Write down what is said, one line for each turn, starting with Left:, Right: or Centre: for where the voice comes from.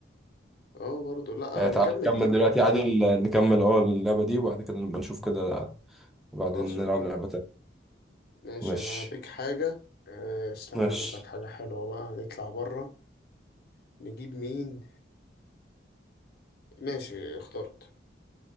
Left: اه برضو لا
Centre: يعني
Left: نكمل
Centre: تعال نكمل
Left: دي
Centre: دلوقتي عادل نكمل اه اللعبه دي وبعد كده نبقى نشوف كده بعدين
Left: خلاص
Centre: نلعب
Left: اوكي
Centre: لعبه تانيه
Left: ماشي
Centre: ماشي
Left: انا هبيك حاجه اه، استنى
Centre: ماشي
Left: اجيب لك حاجه حلوه بقى نطلع بره نجيب مين ماشي اخترت